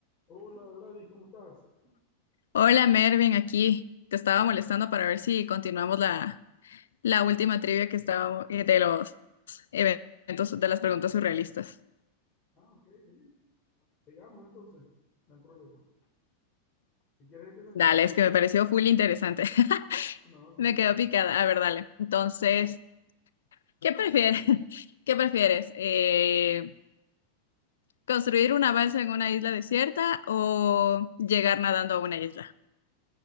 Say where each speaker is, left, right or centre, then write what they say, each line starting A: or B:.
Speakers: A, on the left (about 30°); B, on the left (about 65°).
A: Hola Gladys, ¿cómo estás?
B: Hola Mervin, aquí te estaba molestando para ver si continuamos la, la última trivia que estábamos eh, de los eventos, de las preguntas surrealistas.
A: Ah, ok, bien. Sigamos entonces, no hay problema. Si quieres empiezas
B: Dale,
A: tú.
B: es que me pareció full interesante. <laughs>
A: Ah, No, sí,
B: Me
A: está
B: quedo
A: bien.
B: picada. A ver, dale. Entonces, ¿qué prefieres? <laughs> ¿Qué prefieres? Eh, ¿construir una balsa en una isla desierta o llegar nadando a una isla?